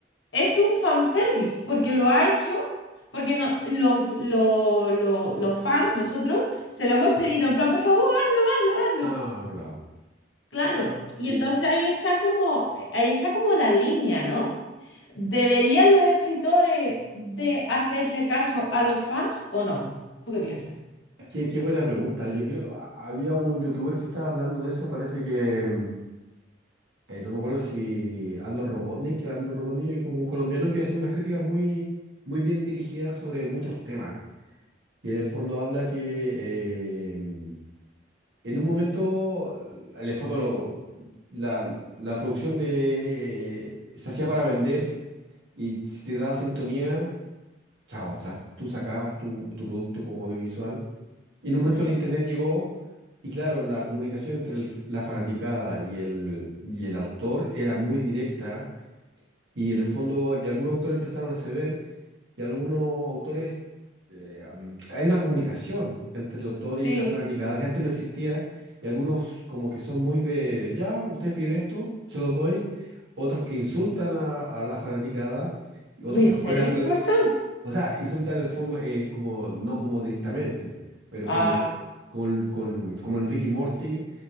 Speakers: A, on the left; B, on the right.
A: es un fanservice, porque lo ha hecho, porque no, los, lo- lo- los fans, nosotros, se lo hemos pedido en plan, por favor, hazlo, hazlo,
B: Ah,
A: hazlo.
B: claro.
A: Claro. Y
B: Y-
A: entonces ahí está como, ahí está como la línea, ¿no? ¿Deberían los escritores de hacerle caso a los fans o no? ¿Tú qué piensas?
B: Qué, qué buena pregunta. Yo creo, a- había un youtuber que estaba hablando de eso, parece que... Eh, no me acuerdo si Andor Robotnik, Andor Robotnik es un colombiano que hace unas críticas muy, muy bien dirigidas sobre muchos temas. Y en el fondo habla que eh, en un momento, en el fondo lo- la, la producción de, eh, se hacía para vender y si te daba sintonía, chao, o sea, tú sacabas tu, tu producto como audiovisual. Y en un
A: Ujú.
B: momento el internet llegó y claro, la comunicación entre el f- la fanaticada y el, y el autor era muy directa Y en el fondo, y algunos autores empezaron a ceder, y algunos autores, eh, am, hay una comunicación entre el autor
A: Sí.
B: y la fanaticada que antes no existía, y algunos como que son muy de, ya, ustedes piden esto, se los doy, otros que insultan a, a la fanaticada, y otros
A: Uy,
B: que
A: ¿en
B: juegan
A: serio insultan?
B: con la- o sea, insultan en forma, eh, como, no como directamente, pero
A: Ah,
B: como, con, con, como en Ricky Morty,